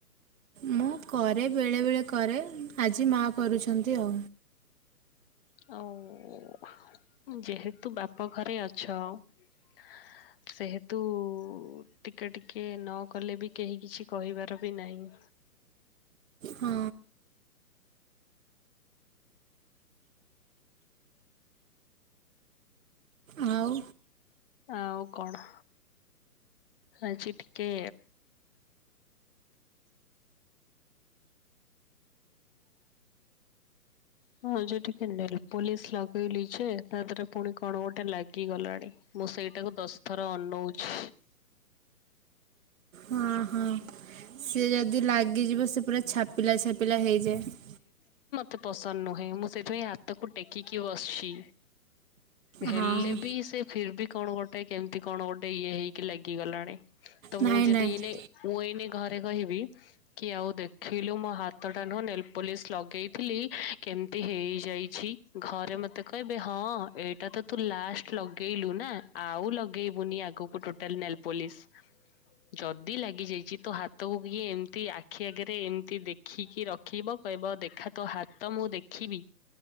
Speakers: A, on the right (about 55°); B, on the left (about 35°).
A: ମୁଁ କରେ ବେଳେ ବେଳେ କରେ ଆଜି ମା କରୁଛନ୍ତି ଆଉ।
B: ଆଉ ଯେହେତୁ ବାପ ଘରେ ଅଛ ହ ସେହେତୁ ଟିକେ ଟିକେ ନ କଲେ ବି କେହି କିଛି କହିବାର ବି ନାହିଁ।
A: ହଁ। ଆଉ
B: ଆଉ କଣ ଆଜି ଟିକେ ହଁ ଯ ଟିକେ ନେଲ ପୋଲିସ ଲଗେଇଲିଛେ ତା ଦେହରେ ପୁଣି କଣ ଗୋଟେ ଲାଗିଗଲାଣି। ମୁଁ ସେଇଟାକୁ ଦଶ ଥର ଅନଉଛି।
A: ହଁ ହଁ। ସିଏ ଯଦି ଲାଗିଯିବ ସେ ପୁରା ଛାପିଲା ଛାପିଲା ହେଇଯାଏ।
B: ତେ ପସନ୍ଦ ନୁହେଁ ମୁଁ ସେଥିପାଇଁ ହାତକୁ ଟେକିକି ବସିଛି। ହେଲେ
A: ହଁ।
B: ବି ସେ ଫିର ବି କଣ ଗୋଟେ କେମତି କଣ ଗୋଟେ ଇଏ ହେଇକି ଲାଗିଗଲାଣି। ତ
A: ନାଇଁ
B: ମୁଁ ଯଦି
A: ନାଇଁ
B: ଏନ ମୁଁ ଏଇନେଇ ଘରେ କହିବି କି ଆଉ ଦେଖିଲୁ ମୋ ହାତଟା ନୁହଁ ନେଲ ପଲିସ୍ ଲଗାଇଥିଲି କେମିତି ହେଇଯାଇଛି। ଘରେ ମତେ କହିବେ ହଁ ଏଇଟା ତ ତୁ ଲାଷ୍ଟ ଲଗେଇଲୁ ନା ଆଉ ଲଗେଇବୁନି ଆଗକୁ। ଟୋଟାଲ ନଲେ ପୋଲିସ ଯଦି ଲାଗି ଯାଇଛି ତ ହାତକୁ କି ଏମତି ଆଖି ଆଗରେ ଏମିତି ଦେଖିକି ରଖିବ କହିବ ଦେଖା ତ ହାତ ମୁଁ ଦେଖିବି।